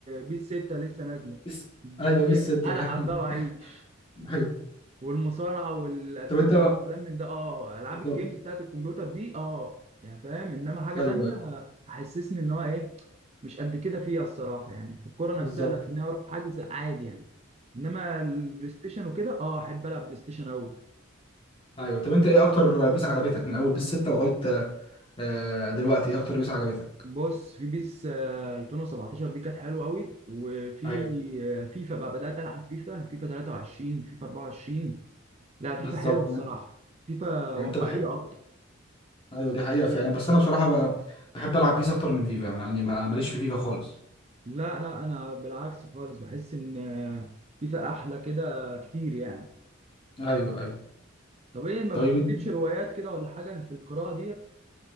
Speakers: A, on the right; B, on the left.
A: بيس 6 لسه نازلة
B: بس
A: دي
B: ايوه بس انت
A: العب
B: فاهم
A: بقى
B: <laughs>
A: واعيش
B: ايوه
A: والمصارعه والادراع
B: طب انت
A: والكلام من ده اه العاب
B: بالظبط
A: الجيمز بتاعت الكمبيوتر دي اه يعني فاهم انما حاجه
B: ايوه
A: تانية
B: ايوه
A: حسسني ان هو ايه مش قد كده فيها الصراحه يعني في الكوره
B: بالظبط
A: نفسها لا ان انا اروح حجز عادي يعني انما البلاي ستيشن وكده اه احب العب بلاي ستيشن قوي
B: ايوه طب انت ايه اكتر بيس عجبتك من اول بيس 6 لغايه آه، دلوقتي ايه اكتر بيس عجبتك
A: بص في بيس آه، 2017 دي كانت حلوه قوي وفي
B: ايوه
A: آه، فيفا بقى بدات العب فيفا فيفا 23 فيفا 24 لا
B: بالظبط
A: فيفا حلوه الصراحه
B: يعني
A: فيفا
B: يعني
A: واقعيه
B: انت بتحب
A: اكتر
B: ايوه دي حقيقه فعلا بس انا بصراحه ب... بحب العب بيس اكتر من فيفا يعني ما- ماليش في فيفا خالص
A: لا لا انا بالعكس خالص بحس ان فيفا احلى كده كتير يعني
B: ايوه ايوه
A: طب ايه ما
B: طيب
A: بتكتبش روايات كده ولا حاجه في القراءه دي يعني